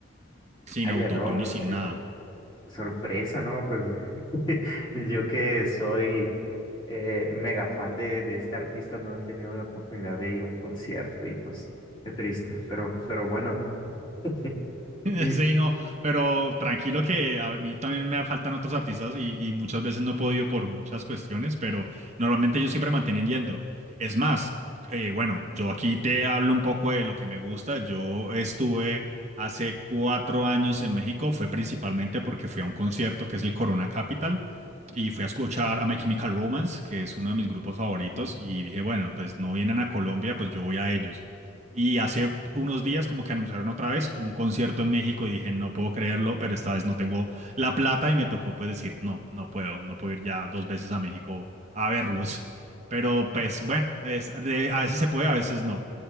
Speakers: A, on the right; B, on the left.
A: sin
B: Ah,
A: autotune
B: ya, no, no,
A: y
B: no,
A: sin
B: qué
A: nada.
B: sorpresa, ¿no? Pues <laughs> yo que soy eh, mega fan de, de este artista, no he tenido la oportunidad de ir a un concierto y pues qué triste, pero, pero bueno, <laughs>
A: <laughs>
B: Eh,
A: Sí, no, pero tranquilo que a mí también me faltan otros artistas y, y muchas veces no he podido por muchas cuestiones, pero normalmente ellos siempre mantienen yendo. Es más, eh, bueno, yo aquí te hablo un poco de lo que me gusta. Yo estuve hace cuatro años en México, fue principalmente porque fui a un concierto que es el Corona Capital y fui a escuchar a My Chemical Romance, que es uno de mis grupos favoritos, y dije, bueno, pues no vienen a Colombia, pues yo voy a ellos. Y hace unos días como que anunciaron otra vez un concierto en México y dije, no puedo creerlo, pero esta vez no tengo la plata y me tocó pues decir, no, no puedo, no puedo ir ya dos veces a México a verlos. Pero pues bueno, es, de- a veces se puede, a veces no.